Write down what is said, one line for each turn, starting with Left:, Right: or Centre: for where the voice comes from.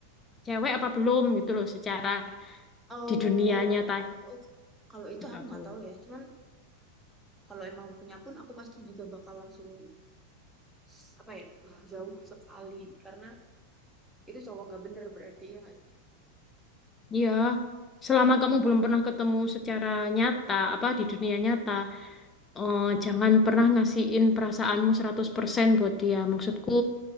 Left: cewek apa belum gitu loh secara
Centre: oh
Left: di dunia nyata
Centre: kalau
Left: gitu
Centre: itu aku
Left: aku.
Centre: nggak tahu ya cuman kalau emang punya pun aku pasti juga bakal langsung s- apa ya jauh sekali karena itu cowok nggak bener berarti ya nggak sih
Left: Iya, selama kamu belum pernah ketemu secara nyata, apa di dunia nyata, eh, jangan pernah ngasihin perasaanmu 100% buat dia. Maksudku,